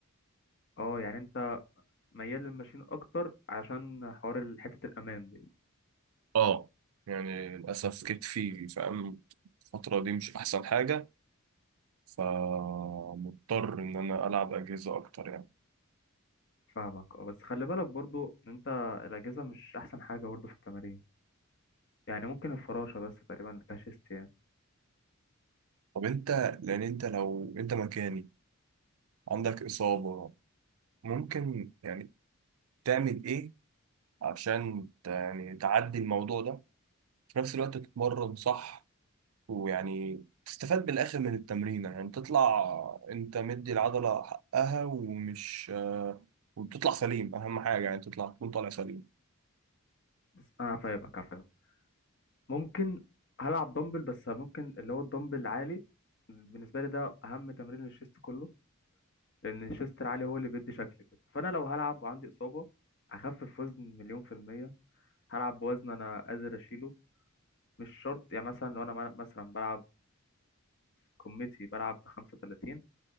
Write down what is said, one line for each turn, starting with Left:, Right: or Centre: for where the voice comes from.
Left: اه يعني انت ميال للماشين اكتر علشان حوار ال- حته الامان دي
Right: اه يعني للاسف كتفي فاهم الفتره دي مش احسن حاجه فمضطر ان انا العب اجهزه اكتر يعني
Left: فاهمك اه بس خلي بالك برضو ان انت الاجهزه مش احسن حاجه برضو في التمارين يعني ممكن الفراشه بس تقريبا اللي فيها شيست يعني
Right: طب انت لان انت لو انت مكاني عندك اصابه ممكن يعني تعمل ايه عشان ت- يعني تعدي الموضوع ده في نفس الوقت تتمرن صح ويعني تستفاد بالآخر من التمرين يعني تطلع انت مدي العضلة حقها ومش آه، وتطلع سليم أهم حاجة يعني تطلع تكون طالع سليم
Left: بس انا فاهمك أنا فاهمك ممكن هلعب دمبل بس ممكن اللي هو الدمبل العالي بالنسبه لي ده اهم تمرين للشيست كله لان شيستر عالي هو اللي بيدي شكل كده فانا لو هلعب وعندي اصابه اخفف وزن مليون في الميه هلعب بوزن انا قادر اشيله مش شرط يعني مثلا لو انا مل- مثلا بلعب كوميتي بلعب ب 35